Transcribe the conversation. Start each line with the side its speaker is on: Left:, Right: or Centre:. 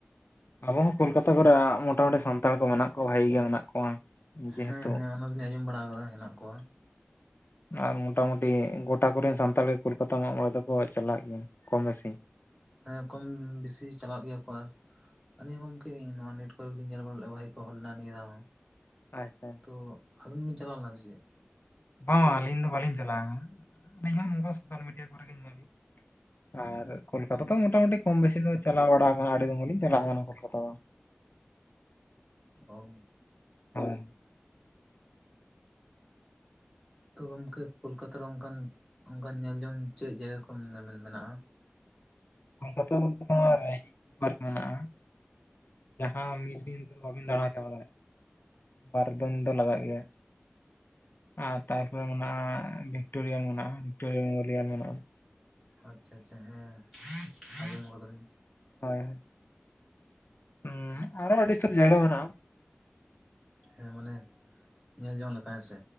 Left: ᱟᱵᱚ ᱦᱚᱸ ᱠᱳᱞᱠᱟᱛᱟ ᱠᱚᱨᱮ ᱢᱚᱴᱟᱢᱩᱴᱤ ᱥᱟᱱᱛᱟᱲ ᱠᱚ ᱢᱮᱱᱟᱜ ᱠᱚᱣᱟ, ᱵᱷᱟᱜᱤ ᱜᱮ ᱢᱮᱱᱟᱜ ᱠᱚᱣᱟ᱾ ᱡᱮᱦᱮᱛᱩ
Centre: ᱦᱮᱸ ᱦᱮᱸ ᱚᱱᱟ ᱫᱚᱞᱤᱧ ᱟᱸᱡᱚᱢ ᱵᱟᱲᱟᱣ ᱠᱟᱫᱟ ᱦᱮᱱᱟᱜ ᱠᱚᱣᱟ᱾
Left: ᱟᱨ ᱢᱚᱴᱟ ᱢᱩᱴᱤ ᱜᱚᱴᱟ ᱠᱚᱨᱮᱱ ᱥᱟᱱᱛᱟᱲ ᱜᱮ ᱠᱳᱞᱠᱟᱛᱟ ᱢᱟᱜ ᱢᱚᱬᱮ ᱫᱚᱠᱚ ᱪᱟᱞᱟᱜ ᱜᱮᱭᱟ ᱠᱚᱢ ᱵᱤᱥᱤ᱾
Centre: ᱦᱮᱸ ᱠᱚᱢ ᱵᱤᱥᱤ ᱪᱟᱞᱟᱜ ᱜᱮᱭᱟ ᱠᱚ ᱟᱨ, ᱟᱹᱞᱤᱧ ᱜᱚᱝᱠᱮ ᱤᱧ ᱱᱚᱣᱟ ᱱᱮᱴ ᱠᱚᱨᱮᱜᱤᱧ ᱧᱮᱞ ᱵᱟᱲᱟ ᱞᱮᱜ-ᱟ ᱵᱷᱟᱹᱜᱤ ᱠᱚ ᱦᱚᱲ ᱞᱮᱱᱟ ᱱᱤᱭᱟᱹ ᱫᱷᱟᱣ ᱦᱚᱸ᱾
Left: ᱟᱪᱪᱷᱟ
Centre: ᱛᱚ ᱟᱹᱵᱤᱱ ᱵᱤᱱ ᱪᱟᱞᱟᱣ ᱞᱮᱱᱟ ᱥᱮ ᱪᱮᱫ?
Left: ᱦᱚᱸ ᱟᱹᱞᱤᱧ ᱫᱚ ᱵᱟᱹᱞᱤᱧ ᱪᱟᱞᱟᱣ ᱠᱟᱱᱟ, ᱟᱹᱞᱤᱧ ᱱᱚᱝᱠᱟ ᱥᱳᱥᱟᱞ ᱢᱤᱰᱤᱭᱟ ᱠᱚᱨᱮ ᱜᱮ ᱧᱮᱞ ᱦᱩᱭᱩᱜ ᱠᱟᱱᱟ᱾ ᱟᱨ ᱠᱳᱞᱠᱟᱛᱟ ᱫᱚ ᱢᱚᱴᱟᱢᱩᱴᱤ ᱠᱚᱢ ᱵᱮᱥᱤ ᱫᱚ ᱪᱟᱞᱟᱣ ᱵᱟᱲᱟᱣ ᱠᱟᱱᱟ, ᱟᱹᱰᱤ ᱫᱤᱱ ᱦᱚᱸ ᱞᱤᱧ ᱪᱟᱞᱟᱣ ᱠᱟᱱᱟ ᱠᱳᱞᱠᱟᱛᱟ ᱫᱚ᱾
Centre: ᱚ᱾
Left: ᱦᱳᱭ᱾
Centre: ᱛᱚ ᱜᱚᱢᱠᱮ ᱠᱳᱞᱠᱟᱛᱟ ᱨᱮ ᱚᱝᱠᱟᱱ ᱚᱝᱠᱟᱱ ᱧᱮᱞᱡᱚᱝ ᱪᱮᱫ ᱡᱟᱭᱜᱟ ᱠᱚ ᱢᱮᱱ-ᱢᱮᱱᱟᱜ-ᱟ?
Left: ᱚᱝᱠᱟ ᱫᱚ ᱜᱚᱝᱠᱮ ᱯᱟᱨᱠ ᱢᱮᱱᱟᱜ-ᱟ᱾ ᱡᱟᱦᱟᱸ ᱢᱤᱫ ᱫᱤᱱ ᱛᱮᱫᱚ ᱵᱟᱹᱵᱤᱱ ᱫᱟᱬᱟ ᱪᱟᱵᱟ ᱫᱟᱲᱮᱜ-ᱟ, ᱵᱟᱨᱫᱤᱱ ᱫᱚ ᱞᱟᱜᱟᱜ ᱜᱮᱭᱟ᱾ ᱟᱨ ᱛᱟᱨᱯᱚᱨᱮ ᱢᱮᱱᱟᱜ-ᱟ ᱵᱷᱮᱠᱴᱳᱨᱤᱭᱟ ᱢᱮᱱᱟᱜ-ᱟ, ᱵᱷᱤᱠᱴᱳᱨᱤᱭᱟ ᱢᱮᱢᱳᱨᱤᱭᱟᱞ ᱢᱮᱱᱟᱜ-ᱟ᱾
Centre: ᱟᱪᱪᱷᱟ ᱟᱪᱪᱷᱟ ᱦᱮᱸ ᱟᱸᱡᱚᱢ ᱠᱟᱫᱟᱞᱤᱧ᱾
Left: ᱦᱳᱭ, ᱦᱩᱸ ᱟᱨᱚ ᱟᱹᱰᱤ ᱥᱩᱨ ᱡᱟᱭᱜᱟ ᱢᱮᱱᱟᱜ-ᱟ᱾
Centre: ᱦᱮᱸ ᱢᱟᱱᱮ ᱧᱮᱞ ᱡᱚᱝ ᱞᱮᱠᱟ ᱦᱮᱸ ᱥᱮ᱾